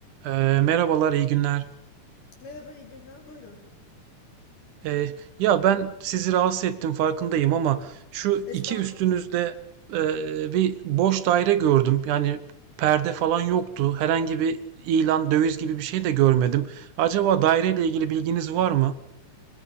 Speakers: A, on the right; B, on the left.
A: Ee, merhabalar, iyi günler.
B: Merhaba, iyi günler. Buyurun.
A: Ee, ya ben sizi rahatsız ettim farkındayım ama şu
B: Estağfurullah.
A: iki üstünüzde e, bir boş daire gördüm. Yani perde falan yoktu. Herhangi bir ilan, döviz gibi bir şey de görmedim. Acaba daireyle ilgili bilginiz var mı?